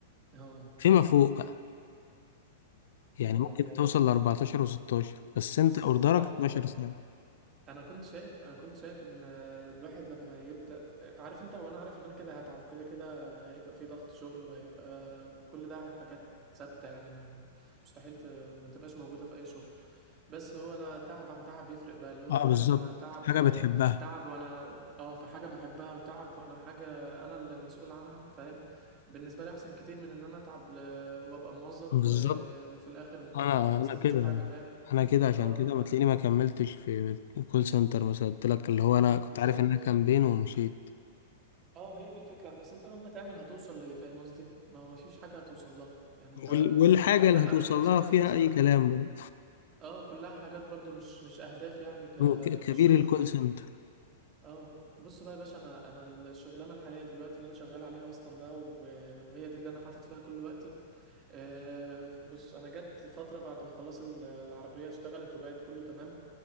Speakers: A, on the right; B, on the left.
A: اه
B: فيما فوق بقى يعني
A: يا نهار
B: ممكن
A: أبيض
B: توصل ل 14 و16 بس
A: بص
B: انت اوردرك
A: أنا
B: 12
A: عامة
B: ساعة
A: انا كنت شايف انا كنت شايف ان آه، الواحد لما يبدا آه، عارف انت وانا عارف ان انا كده هتعب وكده كده هيبقى في ضغط شغل وهيبقى آه، كل ده حاجات ثابته يعني ما- مستحيل ت- ما تبقاش موجوده في اي شغل بس هو انا تعب عن تعب يفرق بقى اللي هو
B: اه
A: انت
B: بالظبط
A: عارف انا تعب
B: حاجة
A: آه،
B: بتحبها
A: تعب وانا اه في حاجه بحبها وتعب وانا حاجه انا اللي مسؤول عنها فاهم بالنسبه لي احسن كتير من ان انا اتعب ل- وابقى موظف
B: بالظبط
A: و... وفي الاخر
B: انا
A: ما بستفدش
B: انا كده
A: حاجه فاهم
B: انا كده عشان
A: اه
B: كده ما
A: أنا-
B: تلاقيني ما كملتش في الكول سنتر مثلا قلت لك اللي هو انا كنت
A: بالظبط
B: عارف انها كامبين ومشيت
A: اه هي دي الفكرة بس انت مهما تعمل هتوصل لإيه فاهم قصدي ما هو مفيش حاجة هتوصل لها يعني انت
B: وال- والحاجة
A: هتترقى
B: اللي هتوصل
A: من كول سنتر
B: لها فيها
A: مثلا
B: اي كلام برضه
A: اه كلها حاجات برضو مش مش اهداف يعني ك
B: هو ك- كبير
A: في الشغل
B: الكول
A: وكده
B: سنتر
A: اه بص بقى يا باشا انا انا الشغلانه الحاليه دلوقتي اللي انا شغال عليها اصلا بقى و- وهي دي اللي انا حاطط فيها كل وقتي آه بص انا جت فتره بعد ما خلاص ال- العربيه اشتغلت وبقت كله تمام